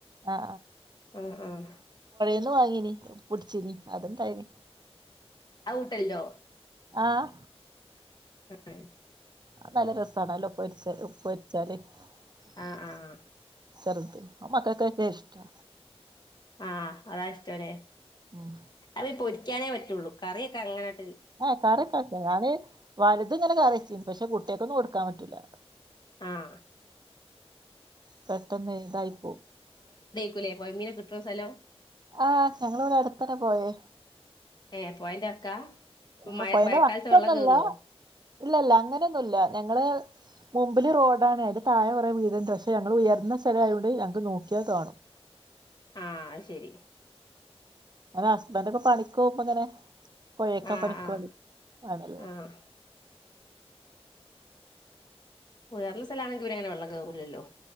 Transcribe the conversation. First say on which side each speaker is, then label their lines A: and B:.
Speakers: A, on the right; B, on the left.
A: ആഹ്
B: ഉം ഉം.
A: ന്ന് വാങ്ങീന് പുടിച്ചീന് അതണ്ടായിന്.
B: ഔട്ടല്ലോ.
A: ആഹ്
B: ശ.
A: അത് നല്ല രസണല്ലോ ഉപ്പിച്ച ഉപ്പടിച്ചാല് <unintelligible>
B: ആഹ് ആഹ്
A: സർദി അത് മക്കക്ക്‌ വലിയ ഇഷ്ട്ടാ
B: ആ അതാ ഇഷ്ട്ടം അല്ലെ
A: ഉം
B: അത് പൊരിക്കാനേ പറ്റുള്ളൂ കറിയൊക്കെ അങ്ങനെ -
A: ആ കറിക്കെക്കെ വയ്ക്കാം അതേ <unintelligible> വലുതും ഇങ്ങനെ കറിവെച്ച് പക്ഷെ കുട്ടികക്കൊന്നും കൊടുക്കാൻ പറ്റൂല്ല
B: ആഹ്
A: <inaudible> പെട്ടെന്ന് ഇതായിപ്പോവും
B: ഇല്ലേ പൊഴമീനോക്കെ കിട്ടുന്ന സ്ഥലം
A: ആഹ് ഞങ്ങളെ ഇവെടെ അട്ത്തെന്നെ പൊഴെ
B: ഏഹ് പൊഴെന്റെ വക്കാ?
A: ആഹ്
B: മഴ
A: പൊഴെന്റെ
B: മഴക്കാലത്ത്
A: വക്കൊന്നും
B: വെള്ളം
A: അല്ല
B: കേറുവോ
A: ഇല്ല ഇല്ല അങ്ങനെയൊന്നു ഇല്ല ഞങ്ങെൾ മുമ്പ്ൽ റോഡാണ് അയിന്റെ താഴെ കൊറെ വീട് പക്ഷെ ഞങ്ങെൾ ഉയർന്ന സ്ഥലം ആയോണ്ട് ഞങ്ങെക്ക് നോക്കിയാ കാണും.
B: ആഹ് ശരി
A: ഇങ്ങെനെ ഹസ്ബെന്റ് ഒക്കെ പണിക്ക് പോവുമ്പം ഇങ്ങെനെ പൊഴെക്കാ
B: ആഹ്
A: പണിക്ക്
B: ആഹ്
A: പോവെൽ ആണ് അല്ലെ
B: ആഹ് ഉയെര ഇള്ള സ്ഥലാണെങ്കി ഇവെരെങ്ങെനെ വെള്ളം താകുലല്ലോ